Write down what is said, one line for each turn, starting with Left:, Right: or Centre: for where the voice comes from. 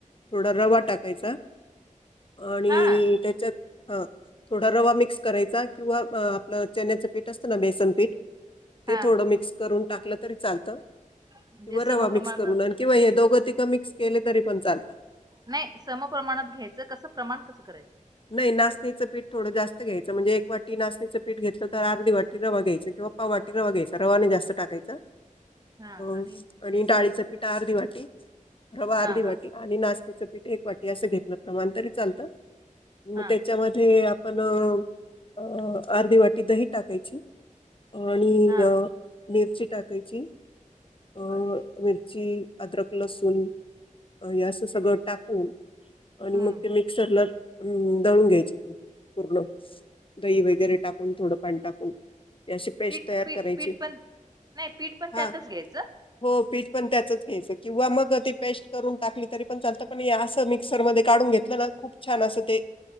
Left: थोडा रवा टाकायचा आणि
Right: हा हा
Left: त्याच्यात हा थोडा रवा मिक्स करायचा किंवा आपलं चण्याचं पीठ असतं ना बेसन पीठ ते
Right: हा
Left: थोडं मिक्स करून टाकलं तरी चालतं
Right: म्हणजे
Left: किंवा
Right: समप्रमाणात
Left: रवा मिक्स करून आण. किंवा हे दोघ तिघ मिक्स केले तरी पण चालत.
Right: नाही समप्रमाणात घ्यायचं कसं प्रमाण कसं करायचं.
Left: नाही नाचणीचं पीठ थोडं जास्त घ्यायचं म्हणजे एक वाटी नाचणीचं पीठ घेतलं, तर अर्धी वाटी रवा घ्यायचं किंवा वाटी रवा घ्यायचा रवाने जास्त टाकायच.
Right: हा
Left: अ आणि
Right: बेसनाचं
Left: डाळीच
Right: पीठ
Left: पिठा अर्धी वाटी रवा
Right: हा
Left: अर्धी
Right: हा
Left: वाटी आणि नाचणीच पीठ एक वाटी असं घेतलं प्रमाण तरी चालतं. म
Right: हा
Left: त्याच्यामध्ये आपण अ अर्धी वाटी दही टाकायची. आणि
Right: हा
Left: अ मिरची टाकायची अ
Right: बर
Left: मिरची अदरक लसूण हे असं सगळं टाकून आणि
Right: हम्म
Left: मग ते मिक्सरला अम दळून घ्यायची ती पूर्ण दही वगैरे टाकून थोडं पाणी टाकून. ती अशी पेस्ट
Right: पीठ
Left: तयार
Right: पी
Left: करायची
Right: पीठ पण नाही पीठ पण
Left: हा
Right: त्यातच घ्यायचं.
Left: हो पीठ पण त्याच घ्यायचं किंवा मग ती पेस्ट करून टाकली तरी पण चालत पण असं मिक्सर मध्ये काढून घेत. ना खूप छान असं ते